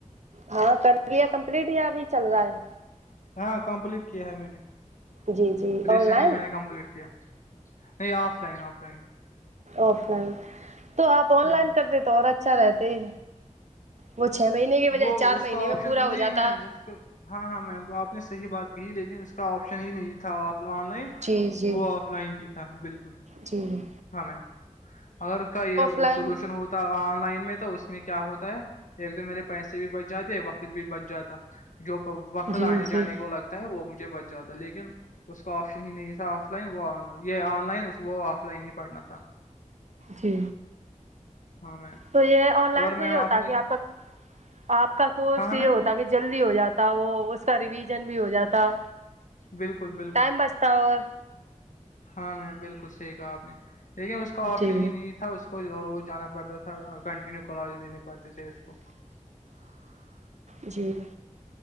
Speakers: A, on the right (about 60°); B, on the left (about 75°).
A: ہاں کر لیا کمپلیٹ یا ابھی چل رہا ہے
B: ہاں کمپلیٹ کیا ہے میں نے
A: جی جی
B: ریسنٹلی
A: آن لائن
B: میں نے کمپلیٹ کیا نہیں of line of line
A: offline تو آپ آن
B: بالکل
A: لائن کرتے تو اور اچھا رہتے وہ چھ مہینے کی بجائے
B: وہ
A: چار
B: اس
A: مہینے
B: کا
A: میں
B: آپشن
A: پورا ہو
B: نہیں
A: جاتا
B: میم اس کا ہاں ہاں میم آپ نے صحیح بات کہی لیکن اس کا آپشن ہی نہیں تھا آن لائن
A: جی جی
B: وہ آ فلائن ہی تھا بالکل
A: جی ج
B: ہاں میم اگر اس کا یہ
A: لائن
B: سولوشن ہوتا ہے آن لائن میں تو اس میں کیا ہوتا ہے ایک تو میرے پیسے بھی بچ جاتے وقت بھی بچ جاتا جو وقت
A: جی
B: آنے جانے
A: جی
B: کو لگتا ہے وہ مجھے بچ جاتا لیکن اس کا آپشن ہی نہیں تھا آ آف لائن وہ یہ آن لائن وہ آف لائن ہی پڑھنا تھا
A: جی
B: ہاں میم
A: تو یہ آن لائن
B: اور
A: سے
B: میم
A: یہ ہوتا
B: نے
A: کہ آپ کا آپ کا کورس
B: ہاں
A: یہ
B: میم
A: ہوتا کیا ہے جلدی ہو جاتا وہ اس کا ریویژن بھی ہو جاتا
B: بالکل بالکل
A: ٹائم بچ تو اور
B: ہاں میم بالکل صحیح کہا آپ نے لیکن اس کا آپشن
A: جی
B: ہی نہیں تھا اس کو روز جانا پڑتا تھا اور کنٹینیو کالج دینے پڑتے تھے اس کو
A: جی